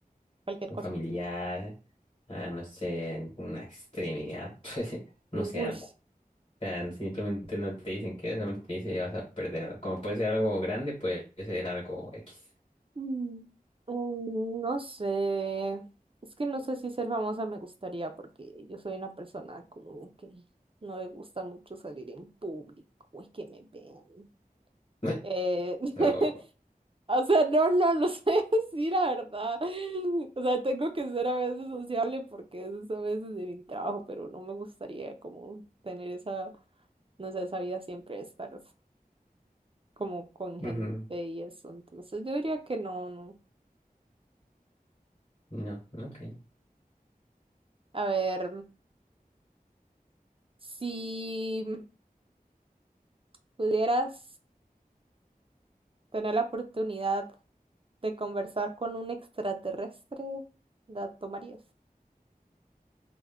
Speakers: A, on the right (about 35°); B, on the left (about 35°).
A: Cualquier
B: un
A: cosa.
B: familiar, a, no sé, una extremidad, <laughs> pues, no
A: Uy.
B: sé, algo. O sea, simplemente no te dicen qué, solamente te dicen que vas a perder algo. Como puede ser algo grande, puede ser algo X.
A: mm, mm, No sé. Es que no sé si ser famosa me gustaría porque yo soy una persona como que no le gusta mucho salir en público y que me vean.
B: <laughs>
A: Eh, <laughs>
B: So,
A: o sea, no, no lo sé <laughs> decir la verdad. O sea, tengo que ser a veces sociable porque eso es a veces de mi trabajo, pero no me gustaría como tener esa, no sé, esa vida siempre de estar. como con
B: ujú,
A: gente y eso. Entonces yo diría que no, no.
B: No, no, ok.
A: A ver, si pudieras tener la oportunidad de conversar con un extraterrestre, ¿la tomarías? <laughs>